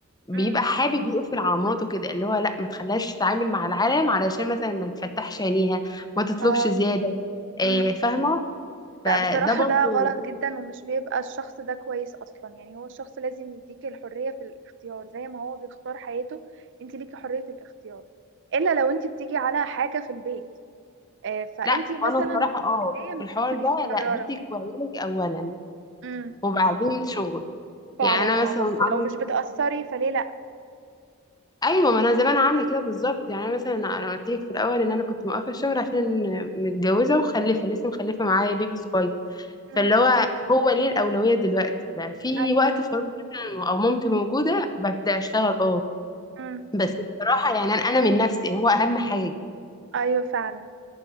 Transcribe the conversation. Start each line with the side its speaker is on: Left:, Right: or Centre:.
Left: بيبقى
Right: مم.
Left: حابب يقفل على مراته كده اللي هو لا ما تخليهاش تتعامل مع العالم علشان مثلا ما تفتحش عينيها ما تطلبش
Right: اه
Left: زيادة آه،
Right: مم.
Left: فاهمة فده
Right: لا بصراحة
Left: برضه
Right: ده غلط جدا ومش بيبقى الشخص ده كويس أصلا يعني هو الشخص لازم يديك الحرية في الاختيار زي ما هو بيختار حياته انت ليكي حرية الاختيار إلا لو انت بتيجي على حاجة في البيت آه، فانت
Left: لا
Right: مثلا
Left: وانا الصراحه
Right: من
Left: اه
Right: البداية المفروض
Left: في الحوار
Right: تبقي
Left: ده
Right: مقررة
Left: لا بيتك وعيالك اولا
Right: امم
Left: وبعدين شغل
Right: فعلا
Left: يعني انا
Right: اه
Left: مثلا
Right: بس لو
Left: انا
Right: مش بتأثري فليه لأ
Left: ايوه ما انا زمان عامله كده بالظبط يعني انا مثلا انا قلت لك في الاول ان انا كنت موقفه الشغل عشان متجوزه ومخلفه لسه مخلفه معايا بيبي صغير
Right: امم
Left: فاللي هو هو ليه الاولويه دلوقتي ده في
Right: أيوه
Left: وقت فراغ مثلا او مامتي موجوده ببدا اشتغل اه
Right: امم
Left: بس بصراحه يعني انا أنا من نفسي هو اهم حاجه
Right: أيوه فعلا